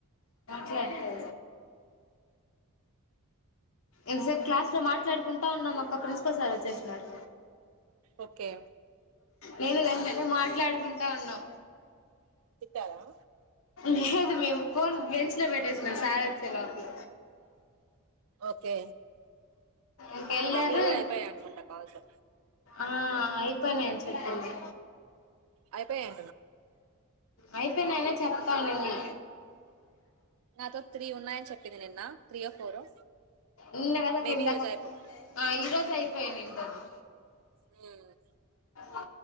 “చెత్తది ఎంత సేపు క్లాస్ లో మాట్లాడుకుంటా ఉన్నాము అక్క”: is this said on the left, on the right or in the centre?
Left